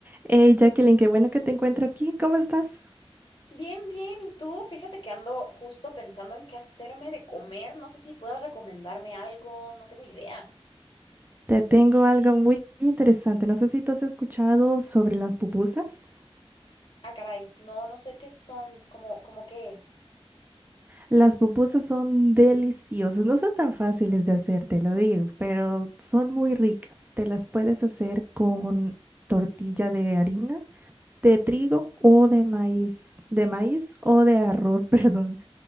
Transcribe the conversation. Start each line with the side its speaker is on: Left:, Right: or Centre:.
Right: Hey Jacqueline, qué bueno que te encuentro aquí. ¿Cómo estás?
Left: Bien, bien. ¿Y tú? Fíjate que ando justo pensando en qué hacerme de comer. No sé si puedas recomendarme algo. No tengo idea.
Right: Te tengo algo muy interesante. No sé si tú has escuchado sobre las pupusas.
Left: Ah, caray. No, no sé qué son. ¿Cómo, cómo qué es?
Right: Las pupusas son deliciosas. No son tan fáciles de hacer, te lo digo, pero son muy ricas. Te las puedes hacer con tortilla de harina, de trigo o de maíz, de maíz o de arroz, <laughs> perdón.